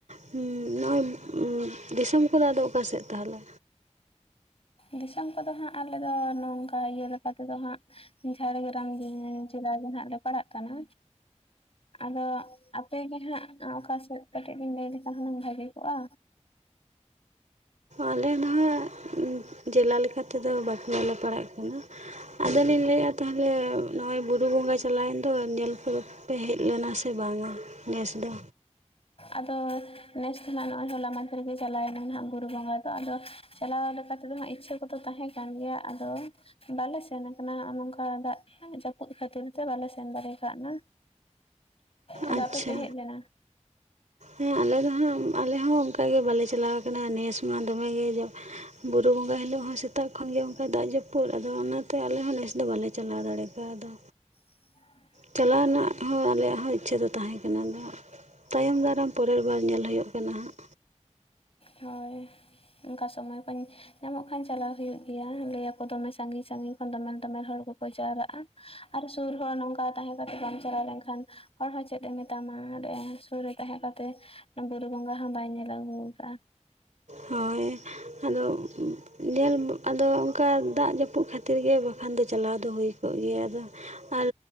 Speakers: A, on the right (about 80°); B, on the left (about 50°).
A: ᱦᱩᱸ᱾ ᱱᱚᱜᱼᱚᱭ ᱫᱤᱥᱚᱢ ᱠᱚᱫᱚ ᱟᱫᱚ ᱚᱠᱟ ᱥᱮᱫ ᱛᱟᱦᱚᱞᱮ?
B: ᱫᱤᱥᱚᱢ ᱠᱚᱫᱚ ᱦᱟᱸᱜ ᱟᱞᱮ ᱫᱚ ᱱᱚᱝᱠᱟ ᱤᱭᱟᱹ ᱞᱮᱠᱟ ᱛᱮ ᱫᱚ ᱦᱟᱸᱜ᱾ ᱡᱷᱟᱲᱜᱨᱟᱢ ᱡᱮᱞᱟ ᱨᱮ‌ ᱱᱟᱦᱟᱜ ᱞᱮ ᱯᱟᱲᱟᱜ ᱠᱟᱱᱟ᱾ ᱟᱫᱚ ᱟᱯᱮ ᱜᱮ ᱦᱟᱸᱜ ᱚᱠᱟ ᱥᱮᱫ? ᱠᱟᱹᱴᱤᱡ ᱵᱮᱱ ᱞᱟᱹᱭ ᱞᱮᱠᱷᱟᱱ ᱦᱩᱱᱟᱹᱝ ᱵᱷᱟᱹᱜᱤ ᱠᱚᱜᱼᱟ᱾
A: ᱟᱞᱮ ᱱᱟᱦᱟᱜ ᱡᱮᱞᱟ ᱞᱮᱠᱟᱛᱮ ᱫᱚ ᱵᱟᱸᱠᱩᱲᱟ ᱞᱮ ᱯᱟᱲᱟᱜ ᱠᱟᱱᱟ᱾ ᱟᱫᱚᱞᱤᱧ ᱞᱟᱹᱭᱮᱫ-ᱟ ᱛᱟᱦᱚᱞᱮ ᱱᱚᱜ-ᱚᱭ ᱵᱩᱨᱩ ᱵᱚᱸᱜᱟ ᱪᱟᱞᱟᱣᱮᱱ ᱫᱚ ᱧᱮᱞ ᱠᱚᱫᱚ᱾ ᱯᱮ ᱦᱮᱡ ᱞᱮᱱᱟ ᱥᱮ ᱵᱟᱝ-ᱟ ᱱᱮᱥ ᱫᱚ᱾
B: ᱟᱫᱚ ᱱᱮᱥ ᱫᱚ ᱱᱟᱦᱟᱸᱜ ᱱᱚᱜ-ᱚᱭ ᱦᱚᱞᱟ ᱢᱟᱫᱷᱮᱨ ᱜᱮ ᱪᱟᱞᱟᱣᱮᱱᱟ ᱱᱟᱦᱟᱜ ᱵᱩᱨᱩ ᱵᱚᱸᱜᱟ᱾ ᱛᱚ ᱟᱫᱚ ᱪᱟᱞᱟᱣ ᱞᱮᱠᱟ ᱛᱮᱫᱚ ᱦᱟᱸᱜ ᱤᱪᱪᱷᱟᱹ ᱠᱚᱫᱚ ᱛᱟᱦᱮᱸ ᱠᱟᱱ ᱜᱮᱭᱟ ᱟᱫᱚ᱾ ᱵᱟᱞᱮ ᱥᱮᱱ ᱟᱠᱟᱱᱟ ᱦᱚᱸᱜ-ᱚ ᱱᱚᱝᱠᱟ ᱫᱟᱜ ᱡᱟᱹᱯᱩᱫ ᱠᱷᱟᱹᱛᱤᱨ ᱛᱮ ᱵᱟᱞᱮ ᱥᱮᱱ ᱫᱟᱲᱮ ᱠᱟᱜ ᱱᱟ᱾ ᱟᱫᱚ
A: ᱟᱪᱪᱷᱟ
B: ᱟᱯᱮ ᱯᱮ ᱦᱮᱡ ᱞᱮᱱᱟ?
A: ᱦᱮᱸ ᱟᱞᱮ ᱫᱚᱜ ᱦᱟᱸᱜ ᱟᱞᱮ ᱦᱚᱸ ᱚᱱᱠᱟᱜᱮ ᱵᱟᱞᱮ ᱪᱟᱞᱟᱣ ᱠᱟᱱᱟ ᱱᱤᱭᱟᱹ ᱥᱚᱢᱟ ᱫᱚᱢᱮᱜ ᱜᱮ ᱡᱟ᱾ ᱵᱩᱨᱩ ᱵᱚᱸᱜᱟ ᱦᱤᱞᱳᱜ ᱦᱚᱸ ᱥᱮᱛᱟᱜ ᱠᱷᱚᱱᱜᱮ ᱚᱱᱠᱟ ᱫᱟᱜ ᱡᱟᱹᱯᱩᱫ᱾ ᱟᱫᱚ ᱚᱱᱟᱛᱮ ᱟᱞᱮ ᱦᱚᱸ ᱱᱮᱥ ᱫᱚ ᱵᱟᱞᱮ ᱪᱟᱞᱟᱣ ᱫᱟᱲᱮᱠᱟᱣ ᱫᱟ᱾
B: <unintelligible>
A: ᱪᱟᱞᱟᱣ ᱨᱮᱱᱟᱜ ᱦᱚᱸ ᱟᱞᱮᱭᱟᱜ ᱦᱚᱸ ᱤᱪᱪᱷᱟᱹ ᱫᱚ ᱛᱟᱦᱮᱸ ᱠᱟᱱᱟ ᱟᱫᱚ ᱛᱟᱭᱚᱢ ᱫᱟᱨᱟᱢ᱾ ᱯᱚᱨᱮᱨ ᱵᱟᱨ ᱧᱮᱞ ᱦᱳᱭᱳᱜ ᱠᱟᱱᱟ ᱦᱟᱸᱜ᱾
B: ᱦᱳᱭ ᱚᱱᱠᱟ ᱥᱚᱢᱚᱭ ᱠᱩᱧ᱾ ᱧᱟᱢᱚᱜ ᱠᱷᱟᱱ ᱪᱟᱞᱟᱣ ᱦᱩᱭᱩᱜ ᱜᱮᱭᱟ ᱞᱟᱹᱭᱟᱠᱚ ᱫᱚᱢᱮ ᱥᱟᱺᱜᱤᱧ ᱥᱟᱺᱜᱤᱧ ᱠᱷᱚᱱ ᱫᱚᱢᱮᱞ ᱫᱚᱢᱮᱞ ᱦᱚᱲ ᱠᱚᱠᱚ ᱡᱟᱣᱨᱟᱜ-ᱟ᱾ ᱟᱨ ᱥᱩᱨ ᱦᱚᱲ ᱱᱚᱝᱠᱟ ᱛᱟᱦᱮᱸ ᱠᱟᱛᱮ ᱵᱟᱢ ᱪᱟᱞᱟᱣ ᱞᱮᱱᱠᱷᱟᱱ᱾ ᱦᱚᱲ ᱦᱚᱸ ᱪᱮᱫ ᱮ ᱢᱮᱛᱟᱢᱟ ᱱᱚᱰᱮ ᱥᱩᱨ ᱨᱮ ᱛᱟᱦᱮᱸ ᱠᱟᱛᱮᱫ᱾ ᱵᱩᱨᱩ ᱵᱚᱸᱜᱟ ᱦᱚᱸ ᱵᱟᱭ ᱧᱮᱞ ᱟᱹᱜᱩ ᱟᱠᱟᱜ-ᱟ᱾
A: ᱦᱳᱭ ᱟᱫᱚ ᱧᱮᱞ ᱟᱫᱚ ᱚᱱᱠᱟ ᱫᱟᱜ ᱡᱟᱹᱯᱩᱫ ᱠᱷᱟᱹᱛᱤᱨ ᱜᱮ ᱵᱟ ᱵᱟᱠᱷᱟᱱ ᱫᱚ ᱪᱟᱞᱟᱣ ᱫᱚ ᱦᱩᱭ ᱠᱚᱜ ᱜᱮᱭᱟ ᱟᱫᱚ᱾ ᱟᱨ